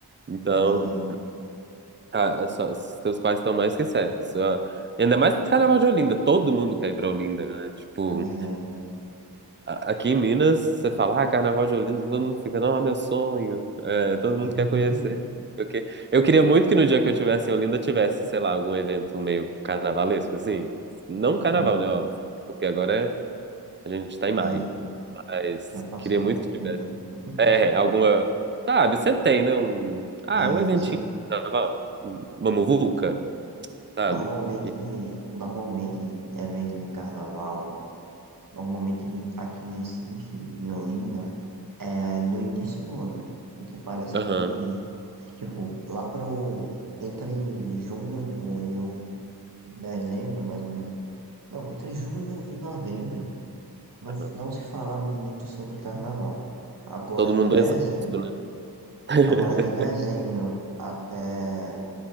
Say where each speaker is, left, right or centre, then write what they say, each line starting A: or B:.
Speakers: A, on the right; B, on the right.
A: Então,
B: É verdade.
A: tá, só- seus pais estão mais que certos. Ah, Ainda mais carnaval de Olinda, todo mundo quer ir pra Olinda, né? Tipo
B: É verdade.
A: a- Aqui em Minas, você fala, ah, Carnaval de Olinda, todo mundo fica, não, é meu sonho, é, todo mundo
B: <laughs>
A: quer conhecer. não sei o quê. Eu queria muito que no dia que eu tivesse em Olinda tivesse, sei lá, algum evento meio carnavalesco, assim. Não carnaval,
B: Hum,
A: né, óbvio, porque agora é- a gente tá em maio,
B: é,
A: mas
B: já passou
A: queria muito
B: um pouquinho.
A: que tivesse.
B: <laughs>
A: É, alguma, sabe, você tem, né, um, ah,
B: É,
A: um eventinho
B: se-
A: de carnaval, um- uma muvuca, sabe?
B: normalmente,
A: E-
B: normalmente, evento de carnaval, normalmente aqui em Recife e Olinda, é no início do ano. Porque parece
A: Aham,
B: que, tipo, lá pro, entre junho e o- e dezembro, mais ou menos. Não, entre junho e novembro. não,
A: aham.
B: não se fala muito sobre carnaval. Agora
A: Todo
B: de
A: mundo
B: dezembro,
A: é exausto, né? <laughs>
B: agora de dezembro até,